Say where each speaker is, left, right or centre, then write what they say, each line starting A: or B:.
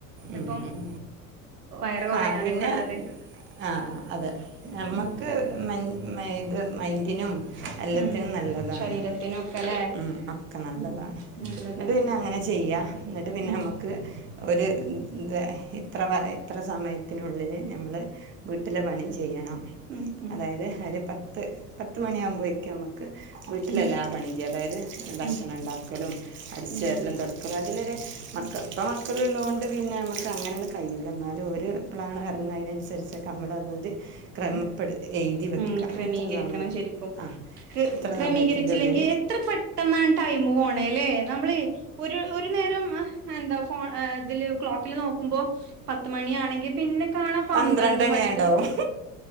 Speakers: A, on the right (about 25°); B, on the right (about 80°).
A: ഉം
B: ഇപ്പം
A: ഉം
B: വയറ് കൊറയാനൊക്കെ
A: ആ പിന്നെ
B: ഇള്ളത്
A: ആ അതെ നമ്മക്ക്
B: ഉം
A: മെൻ മൈൻഡ് ഇതിനും എല്ലത്തിനും
B: ഉം
A: നല്ലതാണ്
B: ശരീരത്തിനൊക്കെല്ലേ
A: ഉം ഒക്കെ നല്ലതാണ്
B: ഉം നല്ലതാണ്
A: എന്നിട്ട് പിന്നെ അങ്ങനെ ചെയ്യാ എന്നിട്ട് പിന്നെ
B: ഉം
A: നമ്മക്ക് ഒരു ഉം തെ ഇത്ര വ ഇത്ര സമയത്തിനുള്ളില് നമ്മള് വീട്ടിലെ പണീം ചെയ്യണം.
B: ഉം ഉം
A: അതായത് ഒരു പത്ത് പത്ത് മണിയാകുമ്പോക്ക് നമ്മ ക്ക് വീട്ടിലെല്ലാ
B: ഉം
A: പണീം ചെയ്യ അതായത് ഭക്ഷണം
B: ഉം
A: ഇണ്ടാക്കലും, അടിച്ചുവാരലും,
B: ഉം
A: തൊടക്കലും അതിലൊരു മക്കൾ
B: ഉം
A: ഇപ്പ മക്ക ക്കളുള്ളൊണ്ട് ണ്ട് പിന്നെ നമ്മക്ക് ക്കങ്ങനണ് കഴിയൂല ന്നാലും ഓര് എപ്പളാണ് എറങ്ങ അയ്നനുസരിച്ചൊക്കെ നമ്മളതൊരു ക്രമപ്പെടു
B: ഉം
A: എഴുതി വെക്കുക
B: ഉം ക്രമീകരിക്കണം
A: ഇത്ര സമയത്ത്
B: ശരിക്കും
A: ആ ഇത്ര
B: ക്രമീകരിച്ചില്ലെങ്കിൽ
A: സമയത്തിൻ്റെ ഉള്ളിൽ
B: എത്ര പെട്ടെന്നാണ് ടൈമ് പോണ അല്ലേ നമ്മള് ഒരു ഒരു നേരം എന്താ ഇതില് ക്ലോക്കിൽ നോക്കുമ്പോ പത്ത് മണിയാണെങ്കിൽ പിന്നെ കാണാം പന്ത്രണ്ട്
A: പന്ത്രണ്ടണിയായിണ്ടാവും
B: മണി ഇത്